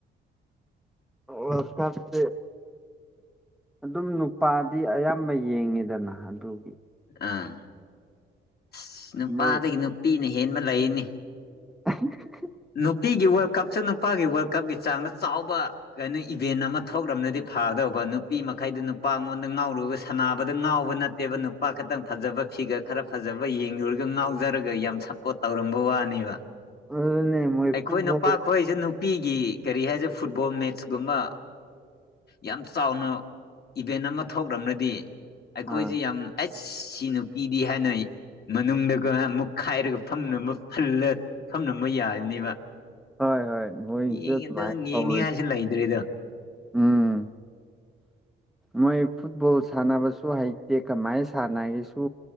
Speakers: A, in the centre; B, on the left (about 55°).
A: ꯋꯥꯔꯜꯗ ꯀꯞꯁꯦ ꯑꯗꯨꯝ ꯅꯨꯄꯥꯗꯤ ꯑꯌꯥꯝꯕ ꯌꯦꯡꯉꯤꯗꯅ ꯑꯗꯨꯒꯤ
B: ꯑꯥ ꯑꯁ ꯅꯨꯄꯥꯗꯒꯤ
A: ꯃꯣꯏ
B: ꯅꯨꯄꯤꯅ ꯍꯦꯟꯕ ꯂꯩꯌꯦꯅꯦ
A: ꯑꯍꯨꯝ ꯍꯨꯝ
B: ꯅꯨꯄꯤꯒꯤ ꯋꯥꯔꯜ ꯀꯞꯁꯨ ꯅꯨꯄꯥꯒꯤ ꯋꯥꯔꯜ ꯀꯞꯀꯤ ꯆꯥꯡꯗ ꯆꯥꯎꯕ ꯀꯩꯅꯣ ꯏꯚꯦꯟ ꯑꯃ ꯊꯣꯛꯂꯝꯕꯗꯤ ꯐꯥꯒꯗꯧꯕ ꯅꯨꯄꯤ ꯃꯈꯩꯗꯨ ꯅꯨꯄꯥ ꯃꯉꯣꯟꯗ ꯉꯥꯎꯔꯨꯔꯒ ꯁꯥꯟꯅꯕꯗ ꯉꯥꯎꯕ ꯅꯠꯇꯦ ꯅꯠꯇꯦꯕ ꯅꯨꯄꯥ ꯈꯛꯇꯪ ꯐꯖꯕ ꯐꯤꯒꯔ ꯈꯔ ꯐꯖꯕ ꯌꯦꯡꯂꯨꯔꯒ ꯉꯥꯎꯖꯔꯒ ꯌꯥꯝ ꯁꯄꯣꯔꯠ ꯇꯧꯔꯝꯕ ꯋꯥꯅꯦꯕ
A: ꯑꯗꯨꯅꯦ ꯃꯣꯏ
B: ꯑꯩꯈꯣꯏ
A: ꯐꯨꯠꯕꯣꯜ
B: ꯅꯨꯄꯥꯈꯣꯏꯁꯦ ꯅꯨꯄꯤꯒꯤ ꯀꯔꯤ ꯍꯥꯏꯁꯦ ꯐꯨꯠꯕꯣꯜ ꯃꯦꯠꯆꯀꯨꯝꯕ ꯌꯥꯝ ꯆꯥꯎꯅ ꯏꯚꯦꯟ ꯑꯃ ꯊꯣꯛꯂꯝꯂꯗꯤ ꯑꯩꯈꯣꯏꯁꯤ
A: ꯑꯥ
B: ꯌꯥꯝ ꯑꯩꯁ ꯁꯤ ꯅꯨꯄꯤꯗꯤ ꯍꯥꯏꯅꯣꯏ ꯃꯅꯨꯡꯗꯒ ꯃꯨꯛꯈꯥꯏꯔꯒ ꯐꯝꯅ ꯐꯜꯂ ꯐꯝꯂꯝꯕ ꯌꯥꯕꯅꯦꯕ
A: ꯍꯣꯏ ꯍꯣꯏ ꯃꯣꯏꯒꯤꯁꯨ
B: ꯌꯦꯡꯉꯗꯪ
A: ꯑꯗꯨꯃꯥꯏꯅ ꯇꯧꯔꯅꯤ
B: ꯌꯦꯡꯅꯤꯡꯉꯥꯏꯁꯨ ꯂꯩꯇꯔꯦꯗ
A: ꯎꯝ ꯃꯣꯏ ꯐꯨꯠꯕꯣꯜ ꯁꯥꯟꯅꯕꯁꯨ ꯍꯩꯇꯦ ꯀꯃꯥꯏꯅ ꯁꯥꯟꯅꯒꯦꯁꯨ